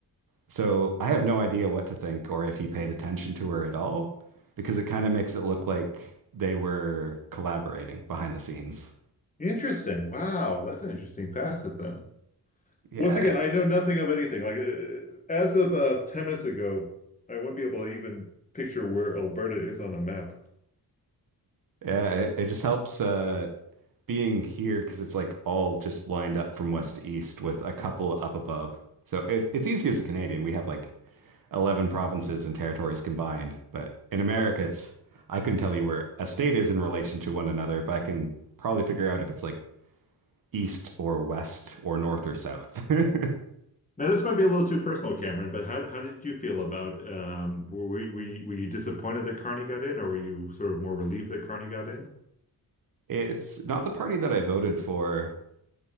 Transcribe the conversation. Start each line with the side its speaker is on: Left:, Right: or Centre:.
Right: So I have no idea what to think or if he paid attention to her at all, because it kind of makes it look like they were collaborating behind the scenes.
Left: Interesting. Wow, that's an interesting facet then.
Right: Yeah,
Left: Once again, I know nothing of anything. Like uh, as of uh, 10 minutes ago, I wouldn't be able to even picture where Alberta is on a map.
Right: yeah, it, it just helps uh being here because it's like all just lined up from west to east with a couple up above. So it's it's easy as a Canadian. We have like 11 provinces and territories combined, but in America it's I couldn't tell you where a state is in relation to one another, but I can probably figure out if it's like east or west or north or south. <laughs>
Left: Now, this might be a little too personal, Cameron, but how how did you feel about um were were you, were you disappointed that Carney got in or were you sort of more relieved that Carney got in?
Right: It's not the party that I voted for,